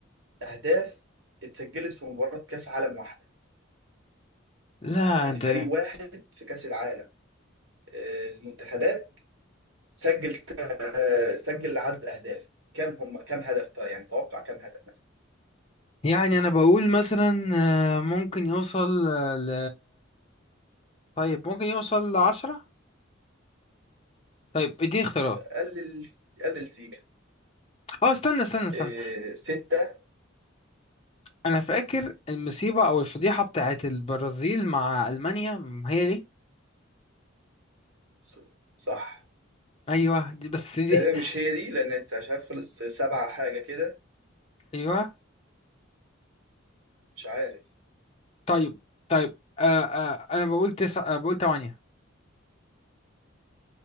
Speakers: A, on the right (about 65°); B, on the left (about 30°).
A: اهداف اتسجلت في مباراة كاس عالم واحدة
B: لا
A: يعني
B: انت
A: فريق واحد في كاس العالم آه، المنتخبات سجل آه، سجل عدد اهداف كم هم كم هدف يعني توقع كم هدف مثلا
B: يعني انا بقول مثلا آه، ممكن يوصل آه، ل طيب ممكن يوصل لعشرة طيب اديني اختيارات
A: قلل قلل سيكا
B: اه استنى استنى استنى
A: آه، ستة
B: انا فاكر المصيبة او الفضيحة بتاعت البرازيل مع المانيا م- هي دي
A: ص- صح
B: ايوه دي بس
A: بس
B: دي
A: تقريبا
B: <laughs>
A: مش هي دي لان مش عارف خلص سبعة حاجة كده
B: ايوه
A: مش عارف
B: طيب طيب آه آه انا بقول تسعة آه بقول تمانية